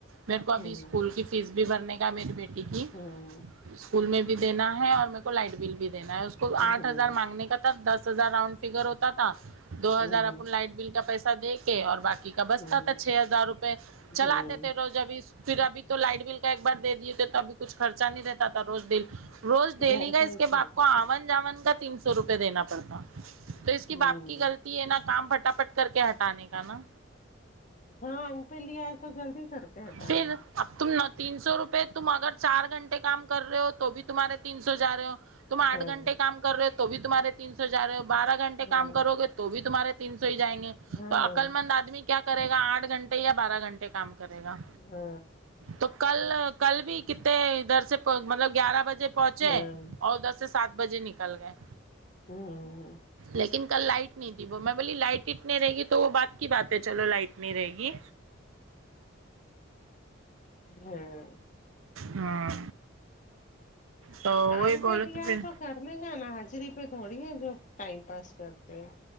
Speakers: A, on the right; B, on the left.
A: میرے کو ابھی
B: ہوں
A: اسکول کی فیس بھی بھرنے کا میری بی
B: ہوں
A: اسکول میں بھی دینا ہے اور میر کو لائٹ بل بھی دینا ہے اس آٹ
B: ہوں
A: ہزار مانگنے کا تھا دس ہزار رؤنڈ فگر ہوتا تھا دو
B: ہوں
A: ہزار اپ لائٹ بل کا پیس دے کے اور باقی کا بستا
B: ہوں
A: تھا چھ ہزار روپئے چلاتے
B: ہوں
A: تھے روز ابھی پھر ابھی تو لائٹ بل کا ایک بار دے دیے تھے تو ابھی کچھ خرچا نہیں رہتا تھا روز دل روز
B: گھر
A: دیلی گ
B: کا
A: اس
B: ہی گھر
A: کے باپ کو آون جاون کا تین سو روپئے دینا پڑتا تو اس کی
B: ہوں
A: باپ کی غل طی ہے نا کام پھٹا پٹ کر کے ہٹانے کا نا
B: ہاں ان پہ لے آئے تو جلدی کر کے ہٹانے
A: پھر اب تم تین سو روپئے تم اگر چار گھنٹے کام کر رہے ہو تو بھی تمہارے تین سو ج رہے ہو تم آٹ
B: ہاں
A: گھنٹے کام کر رہے تو تمہارے تین س و جا رہے ہو بارہ گھنٹے
B: ہاں
A: کام کرو گے تو بھی تمہارے تین سو ہی جائیں گے
B: ہاں
A: تو عقل مند آدمی کیا کرے گا آٹھ گھنٹے یا بارہ گھنٹے کام کرے گا
B: ہ
A: تو کل کل بھی کتے ادھر سے مطلب گیارہ بجے پہنچے
B: ہاں
A: اور ا دس سے سات بجے نکل گئے
B: ہوں
A: لیک ن کل لائٹ نہیں تھی وہ میں بولی لائٹ اٹنی رہ گی تو وہ بات کی بات ہے چلو لائٹ نہیں رہے گی
B: ہاں
A: ہاں تو وہی
B: آنکھ
A: بولے
B: پہ لیا
A: پھر
B: تو کرنے کا نا حاضری پہ تھوڑی ہے جو ٹائم پاس کرتے ہیں